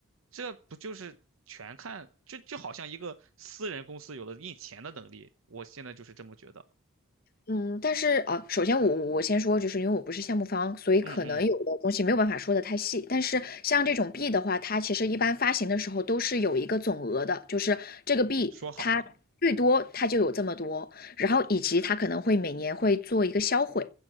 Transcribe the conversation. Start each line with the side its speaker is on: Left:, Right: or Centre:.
Right: 这不就是全看，就就好像一个私人公司有了印钱的能力，我现在就是这么觉得。
Left: 嗯，但是啊，首先我我先说，就是因为我不是项目方，所以可能有的东西没有办法说的太细。
Right: 嗯嗯嗯，
Left: 但是像这种币的话，它其实一般发行的时候都是有一个总额的，就是这个币它最多它就有这么多，
Right: 说好了。
Left: 然后以及它可能会每年会做一个销毁。